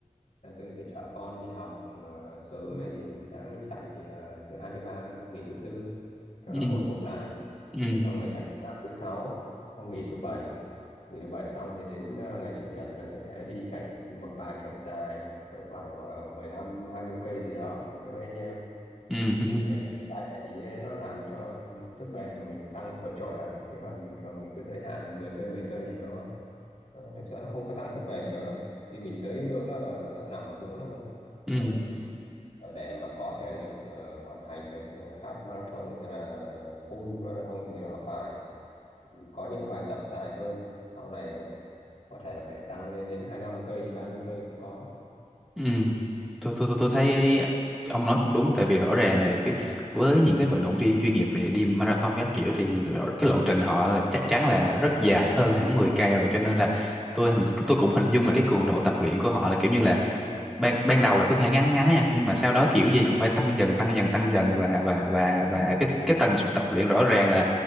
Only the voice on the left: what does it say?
là tôi phải chở con đi học ờ, sớm ấy thì sáng nó chạy thì, ờ, thứ hai thứ ba thôi nghỉ thứ tư cho
nó hồi phục lại
thế xong rồi chạy tập thứ sáu không nghỉ thứ bảy nghỉ thứ bảy xong thì đến ờ, ngày chủ nhật là sẽ đi chạy một bài chạy dài cỡ khoảng uh, 20 cây gì đó với mấy anh em
thì ờ, bài chạy như thế nó làm cho ừ, sức bền của mình tăng vượt trội hẳn chứ còn bình thường mình cứ giới hạn là mười cây 10 cây thì nó nó- thực ra nó không có tăng sức bền nhiều đâu khi mình tới cái ngưỡng đó rồi nó nằm ở ngưỡng đó thôi
còn ở để mà có thể lực ờ, hoàn thành được ờ, half marathon hay là full marathon thì nó phải có những bài tập dài hơn sau này ờ, có thể là phải tăng lên đến 25 cây 30 cây cũng có